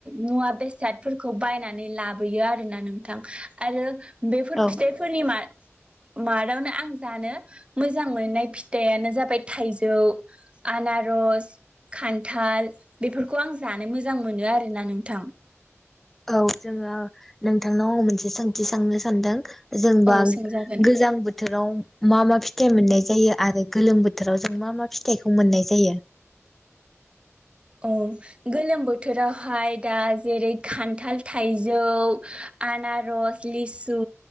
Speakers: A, on the right; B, in the centre.
A: मुवा बेसादफोरखौ बायनानै लाबोयो आरो ना नोंथां। आरो बेफोर
B: औ
A: फिथाइफोरनि मा <unintelligible> आं जानो मोजां मोननाय फिथाइानो जाबाय थाइजौ। आनारस खान्थाल बेफोरखौ आं जानो मोजां मोनो आरोना नोंथां।
B: औ जोङो नोंथांनाव आं मोनसे सोंथि साननो सानदों जोंबा
A: औ सोंजागोन
B: गोजां बोथोराव मा मा फि थाइ मोननाय जायो आरो गोलोम बोथोराव जों मा मा फिथाइखौ मोननाय जायो?
A: औ गोलोम बोथोरावहाय दा जेरै खान्थाल थाइजौ आनारस लिसु